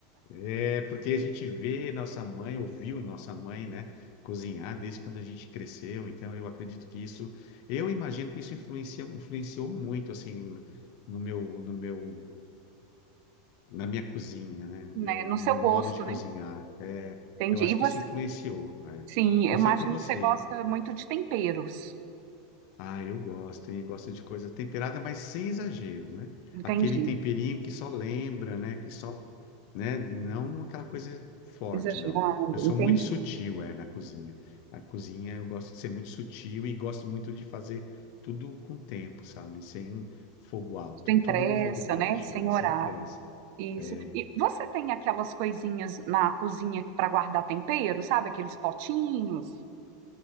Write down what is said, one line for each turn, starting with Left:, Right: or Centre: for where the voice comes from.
Left: é, porque a gente vê nossa mãe, ouviu nossa mãe, né, cozinhar desde quando a gente cresceu. Então, eu acredito que isso, eu imagino que isso influencia, influenciou muito, assim, no meu, no meu na minha cozinha, né? No
Right: Né,
Left: meu, no
Right: no seu
Left: meu
Right: gosto,
Left: modo de cozinhar.
Right: né?
Left: É,
Right: Entendi.
Left: eu acho
Right: E você,
Left: que isso influenciou. é.
Right: sim, eu
Left: Não
Right: imagino
Left: sei com você.
Right: que você gosta muito de temperos.
Left: Ah, eu gosto, hein? Gosto de coisa temperada, mas sem exageros, né?
Right: Entendi.
Left: Aquele temperinho que só lembra, né? Que só, né? Não aquela coisa forte,
Right: Exagerado,
Left: não. Eu sou
Right: entendi.
Left: muito sutil, é, na cozinha. Na cozinha eu gosto de ser muito sutil e gosto muito de fazer tudo com tempo, sabe? Sem fogo alto,
Right: Sem
Left: tudo
Right: pressa,
Left: no fogo baixo,
Right: né? Sem
Left: é,
Right: horário.
Left: sem pressa.
Right: Isso.
Left: É.
Right: E você tem aquelas coisinhas na cozinha para guardar tempero, sabe? Aqueles potinhos?